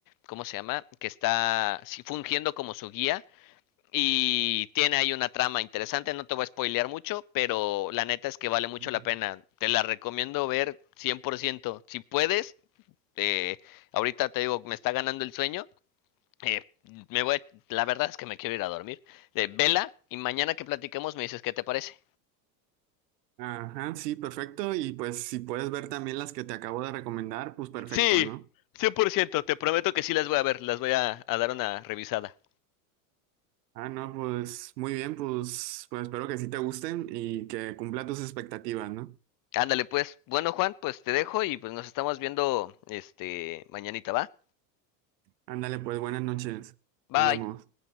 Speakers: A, on the left; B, on the right.
A: ¿cómo se llama? Que está sí, fungiendo como su guía. Y tiene ahí una trama interesante, no te voy a spoilear mucho, pero la neta es que vale mucho
B: Ujú.
A: la pena. Te la recomiendo ver 100%. Si puedes, eh, ahorita te digo, me está ganando el sueño, eh, me voy, la verdad es que me quiero ir a dormir. Eh, vela y mañana que platiquemos me dices qué te parece.
B: Ajá, sí, perfecto. Y pues si puedes ver también las que te acabo de recomendar, pues perfecto,
A: Sí,
B: ¿no?
A: 100% te prometo que sí las voy a ver, las voy a, a dar una revisada.
B: Ah, no, pues muy bien, pues, pues espero que sí te gusten y que cumpla tus expectativas, ¿no?
A: Ándale pues. Bueno, Juan, pues te dejo y pues nos estamos viendo este mañanita, ¿va?
B: Ándale, pues buenas noches.
A: Bye.
B: Nos vemos.